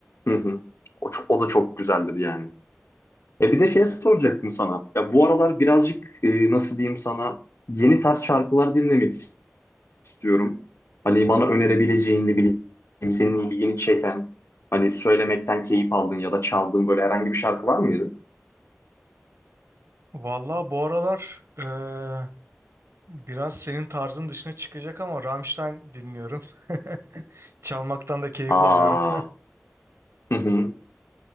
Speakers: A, on the left; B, on the right.
A: Hı hı. O, çok- o da çok güzeldir yani. E bir de şey soracaktım sana. Ya bu aralar birazcık e, nasıl diyeyim sana yeni tarz şarkılar dinlemek istiyorum. Hani bana önerebileceğin ne bileyim senin ilgini çeken hani söylemekten keyif aldığın ya da çaldığın böyle herhangi bir şarkı var mıydı?
B: Vallahi bu aralar eee, biraz senin tarzın dışına çıkacak ama Rammstein dinliyorum. <laughs> Çalmaktan da keyif
A: Aa.
B: alıyorum.
A: Hı hı.